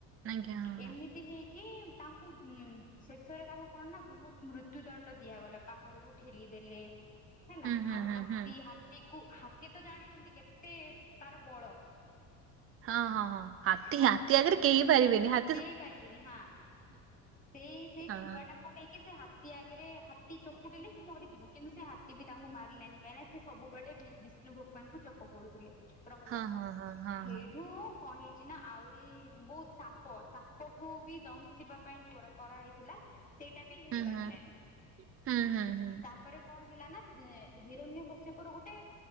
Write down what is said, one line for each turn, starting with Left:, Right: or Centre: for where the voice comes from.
Right: ଆଜ୍ଞା ହଁ
Left: ଏମିତି
Right: ହଁ
Left: ହେଇକି ତାଙ୍କୁ ଉଁ ଶେଷରେ ତାଙ୍କୁ କଣ ନା ବହୁତ୍ ମୃତ୍ୟୁ ଦଣ୍ଡ ଦିଆଗଲା। ପାହାଡରୁ ଠେଲିଦେଲେ। ହେଲା।
Right: ହୁଁ ହୁଁ
Left: ଆଉ
Right: ହୁଁ
Left: ହାତୀ
Right: ହୁଁ
Left: ହାତୀଙ୍କୁ ସିଏ ତ ଜାଣିଛନ୍ତି କେତେ ତାର ବଳ।
Right: ହଁ ହଁ ହଁ। ହାତୀ
Left: ହଁ
Right: ହାତୀ ଆଗରେ କେହି ପାରିବେନି। ହା
Left: କେହି ପାରିବିନି ହଁ। ସେଇ ସେଇ
Right: ହଁ
Left: ଛୁଆ ଟାକୁ ନେଇକି ସେ ହା ତୀ ଆଗରେ ହାତୀ ଚକୁଡିଲେ ସେ ମରିଯିବ। କିନ୍ତୁ ସେ ହାତୀ ବି ତାଙ୍କୁ ମାରିଲାନି। କାହିଁକି ସେ ସବୁବେଳେ ବିଷ୍ଣୁ ଭକ୍ତି ତାଙ୍କୁ ଜପ କରୁଥିଲେ। ପ୍ରହ୍ଲାଦ,
Right: ହଁ ହଁ ହଁ ହଁ
Left: ହେଇଠୁ
Right: ହଁ।
Left: କଣ ହେଇଚି ନା ଆହୁରି ବହୁତ୍ ସା ପ ସାପ କୁ ବି ଦଂଶିବା ପାଇଁ କରା କରାହେଇଥିଲା। ସେଇଟା ବି ହେଇପାରିଲାନି।
Right: ହଁ ହୁଁ ହୁଁ ହୁଁ ହୁଁ ହୁଁ
Left: ତା ପରେ କଣ ହେଲା ନା ହିରଣ୍ୟକଶ୍ୟପର ଗୋଟେ